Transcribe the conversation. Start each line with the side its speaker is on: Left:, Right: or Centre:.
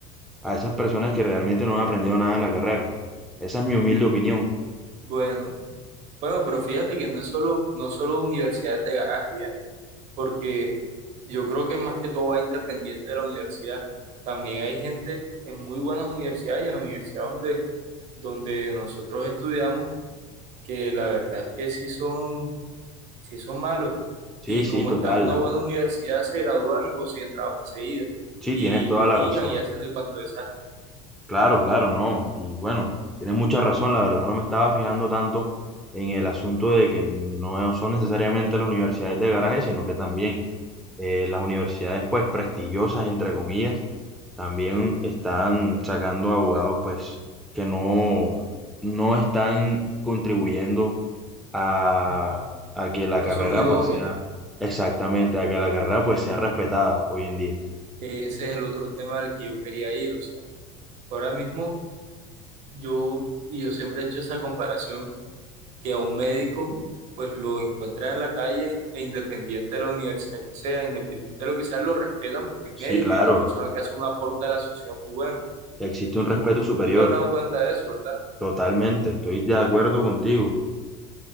Centre: a esas personas que realmente no han aprendido nada en la carrera. Esa es mi humilde opinión.
Right: Bueno, bueno, pero fíjate que no es solo, no solo universidades de garaje, ¿ya? Porque yo creo que más que todo va independiente de la universidad. También hay gente en muy buenas universidades y en la universidad donde, donde nosotros estudiamos, que la verdad es que sí son, sí son malos.
Centre: Sí,
Right: Y
Centre: sí,
Right: como
Centre: total.
Right: están en una buena universidad, se gradúan y consiguen trabajo enseguida.
Centre: Sí,
Right: Y
Centre: tienes toda
Right: litigan
Centre: la razón.
Right: y hacen de cuanto desastre.
Centre: Claro, claro, no. Y bueno, tienes mucha razón. La verdad, no me estaba fijando tanto en el asunto de que no son necesariamente las universidades de garaje, sino que también eh, las universidades, pues, prestigiosas, entre comillas, también están sacando abogados, pues, que no, no están contribuyendo a,
Right: Ujú.
Centre: a que la
Right: No
Centre: carrera,
Right: son idóneos.
Centre: pues, sea exactamente, a que la carrera,
Right: Sí.
Centre: pues, sea respetada hoy en día.
Right: Ese es el otro tema al que yo quería ir. O sea, ahora mismo yo, y yo siempre he hecho esa comparación, que a un médico pues lo encuentran en la calle e independiente de la universidad que sea, independiente de lo que sea, lo respetan porque es médico
Centre: Sí, claro.
Right: y es una persona que hace un aporte a la sociedad muy bueno.
Centre: Existe
Right: Y
Centre: un
Right: tú,
Centre: respeto
Right: no-
Centre: superior.
Right: tú te has dado cuenta de eso, ¿verdad?
Centre: Totalmente, estoy de acuerdo contigo.